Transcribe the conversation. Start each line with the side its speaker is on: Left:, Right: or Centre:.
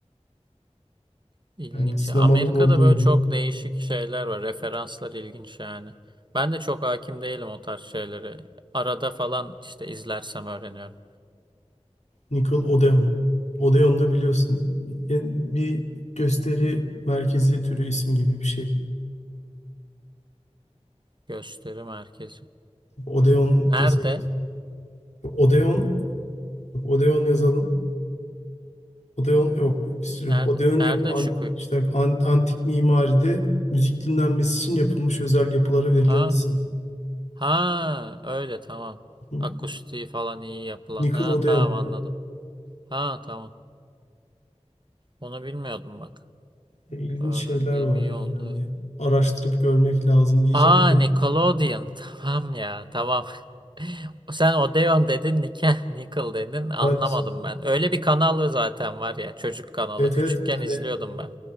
Right: İlginç.
Left: Yani sinemanın
Right: Amerika'da
Left: olduğu
Right: böyle
Left: yer.
Right: çok değişik şeyler var. Referanslar ilginç yani. Ben de çok hakim değilim o tarz şeyleri. Arada falan işte izlersem öğreniyorum.
Left: Nickelodeon. Odeon da biliyorsun yani bir gösteri merkezi türü ismi gibi bir şey.
Right: Gösteri merkezi.
Left: Odeon
Right: Nerede?
Left: desek. Odeon, Odeon yazalım. Odeon yok bir sürü.
Right: Nerede?
Left: Odeon
Right: Nerede
Left: yapı, an-
Right: çıkıyor?
Left: işte an- antik mimaride müzik dinlenmesi için yapılmış özel yapılara verilen
Right: Ha?
Left: isim.
Right: Ha, öyle tamam.
Left: Hı.
Right: Akustiği falan iyi yapılan.
Left: Nickelodeon.
Right: Ha tamam anladım. Ha tamam. Onu bilmiyordum bak.
Left: E, İlginç
Right: Öğrendiğim
Left: şeyler var
Right: iyi
Left: ya
Right: oldu.
Left: yani.
Right: evet.
Left: Araştırıp görmek lazım diyeceğim
Right: Aa
Left: de.
Right: Nickelodeon. <laughs> Tamam ya tamam. <laughs> Sen Odeon dedin, Nike, Nickel dedin. Anlamadım
Left: Ben,
Right: ben. Öyle bir kanal zaten var ya. Çocuk kanalı.
Left: evet
Right: Küçükken
Left: evet hani
Right: izliyordum ben.